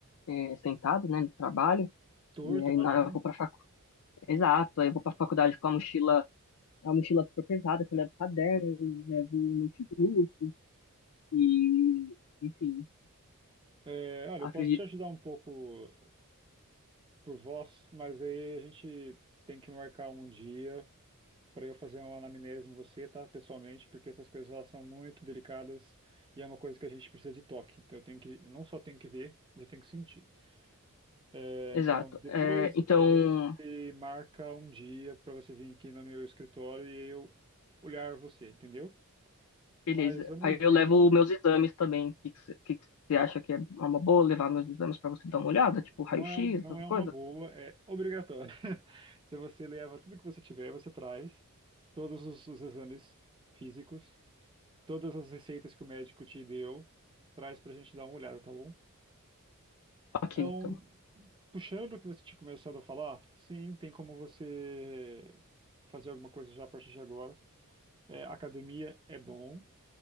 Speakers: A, on the left; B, on the right.
A: é, sentado, né, no trabalho.
B: Torto,
A: E aí
B: imagino.
A: na hora eu vou pra faculdade. Exato, aí eu vou pra faculdade com a mochila, a mochila super pesada, que eu levo caderno, eu levo notebook, e enfim,
B: É, olha,
A: acredito.
B: eu posso te ajudar um pouco por voz, mas aí a gente tem que marcar um dia para eu fazer uma anamnese em você, tá? Pessoalmente, porque essas coisas elas são muito delicadas e é uma coisa que a gente precisa de toque. Então eu tenho que, eu não só tenho que ver, mas eu tenho que sentir. É,
A: Exato.
B: então depois
A: É, então,
B: a gente marca um dia para você vir aqui no meu escritório e eu olhar você, entendeu?
A: Beleza.
B: Mas vamos
A: Aí eu
B: ver,
A: levo meus exames também. O que que cê- que que você acha que é uma boa levar meus exames para você dar
B: não
A: uma olhada? Tipo, raio-x,
B: é, um- não
A: essas
B: é uma
A: coisas?
B: boa, é obrigatório. <laughs> Então você leva tudo que você tiver, você traz todos os, os exames físicos todas as receitas que o médico te deu, traz para a gente dar uma olhada, tá bom?
A: Ok,
B: Então,
A: então.
B: puxando o que você tinha começado a falar, sim, tem como você fazer alguma coisa já a partir de agora. É, academia é bom,